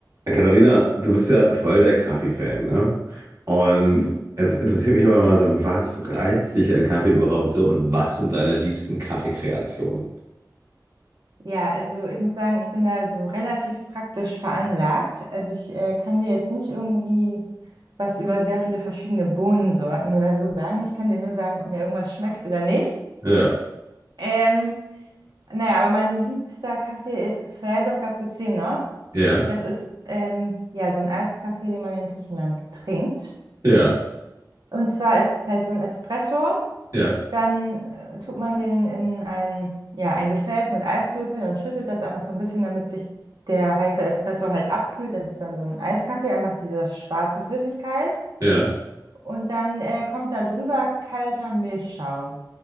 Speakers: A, on the right; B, on the right.
A: Katharina, du bist ja voll der Kaffee-Fan, ne? Und
B: Mhm.
A: jetzt interessiert mich aber mal so, was reizt dich an Kaffee überhaupt so und was sind deine liebsten Kaffeekreationen?
B: Ja, also ich muss sagen, ich bin da so relativ praktisch veranlagt. Also ich äh, kann dir jetzt nicht irgendwie was über sehr viele verschiedene Bohnensorten oder so sagen. Ich kann dir nur sagen, ob mir irgendwas schmeckt oder nicht.
A: Ja,
B: Ähm, naja, aber mein liebster Kaffee ist Freddo Cappuccino.
A: ja,
B: Das ist ähm, ja so ein Eiskaffee, den man in Griechenland trinkt.
A: ja,
B: Und zwar ist es halt so ein Espresso.
A: ja,
B: Dann äh, tut man den in ein, ja, ein Gefäß mit Eiswürfeln und schüttelt das einfach so ein bisschen, damit sich der heiße Espresso halt abkühlt. Das ist dann so ein Eiskaffee, einfach diese schwarze Flüssigkeit.
A: ja.
B: Und dann äh, kommt da drüber kalter Milchschaum.